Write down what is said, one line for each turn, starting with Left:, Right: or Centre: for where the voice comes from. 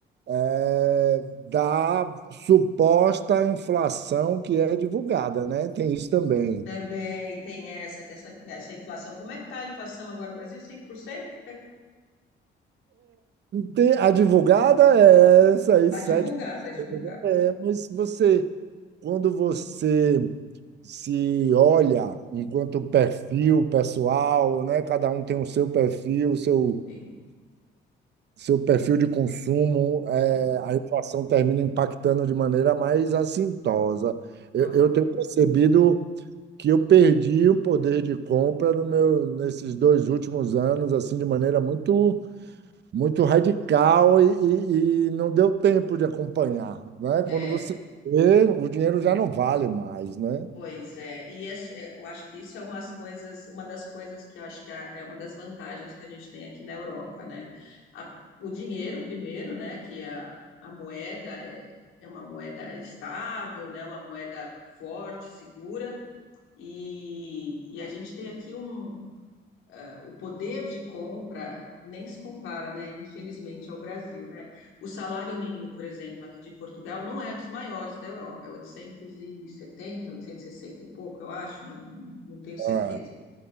Right: eh, da suposta inflação que é divulgada, né? Tem isso também.
Left: também tem essa, que essa, essa inflação. Como é que está a inflação agora no Brasil? 5%?
Right: Tem- A divulgada é essa aí,
Left: A
Right: 7%.
Left: divulgada, a divulgada.
Right: né? É, mas você, quando você se olha enquanto perfil pessoal, né? Cada um tem o seu perfil, o seu.
Left: Sim,
Right: seu perfil de consumo, é,
Left: uhum,
Right: a inflação termina impactando de maneira mais assintosa.
Left: claro.
Right: Eu, eu tenho percebido que eu perdi o poder de compra no meu, nesses dois últimos anos, assim, de maneira muito, muito radical e, e- e não deu tempo de acompanhar, né?
Left: É,
Right: Quando você vê, o dinheiro já não vale mais, né?
Left: Pois é, e es- é, eu acho que isso é umas coisas, uma das coisas que eu acho que é é uma das vantagens que a gente tem aqui na Europa, né? A- o dinheiro, primeiro, né? Que é a, a moeda é, é uma moeda estável, né? Uma moeda forte, segura, e, e a gente tem aqui um, ah, o poder de compra nem se compara, né, infelizmente, ao Brasil, né? O salário mínimo, por exemplo, aqui de Portugal, não é dos maiores da Europa, é 870, 860 e sessenta e pouco, eu acho, não, não tenho certeza.
Right: É.